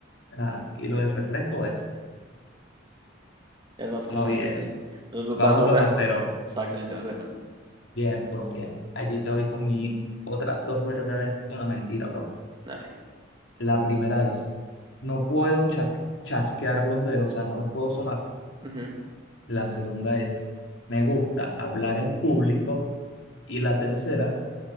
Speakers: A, on the left; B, on the right.
A: Ah, y lo del refresco, bueno,
B: es más común,
A: no bien.
B: sí. Vas,
A: Vamos
B: vas- vas
A: dos
B: ga-
A: a cero
B: exactamente, vas ganando.
A: Bien, bro, bien. Allí te voy con mi otras dos verdades, una mentira, bro.
B: Dale.
A: La primera es, no puedo cha- chasquear los dedos, o sea, no los puedo sonar.
B: Ujú.
A: La segunda es, me gusta hablar en público. Y la tercera,